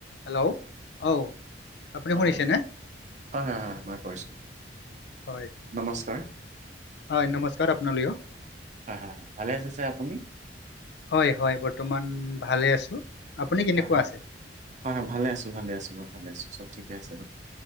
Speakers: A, on the left (about 65°); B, on the right (about 40°).
A: Hello! অ, আপুনি
B: হয়
A: শুনিছেনে?
B: হয় হয় হয় হয় মই কৰিছো
A: হয়,
B: নমস্কাৰ
A: হয় নমস্কাৰ আপোনালৈয়ো।
B: হয় হয়, ভালে আছে ছাৰ আপুনি?
A: হয় হয় বৰ্তমান ভালে আছোঁ, আপুনি কেনেকুৱা
B: হয় হয়
A: আছে?
B: হয় হয় ভালে আছো, ভালে আছো মই ভালে আছোঁ চব ঠিকে আছে।